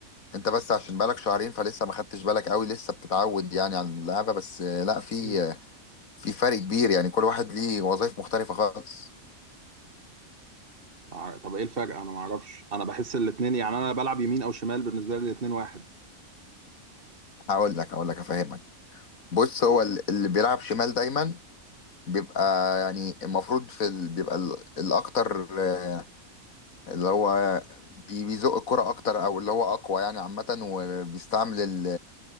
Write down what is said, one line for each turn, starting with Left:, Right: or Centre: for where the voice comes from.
Left: انت بس عشان بقالك شهرين فلسه ما خدتش بالك قوي لسه بتتعود يعني على اللعبه بس آه، لا في
Right: مم.
Left: آه، في فرق كبير يعني كل واحد ليه وظائف مختلفه خالص
Right: مع- طب ايه الفرق انا ما اعرفش انا بحس الاتنين يعني انا بلعب يمين او شمال بالنسبه لي الاتنين واحد
Left: هقول لك هقول لك افهمك بص هو ال- اللي بيلعب شمال دايما بيبقى يعني المفروض في ال... بيبقى ال... الاكتر آه، اللي هو بي- بيزق الكرة اكتر او اللي هو اقوى يعني عامه وبيستعمل ال...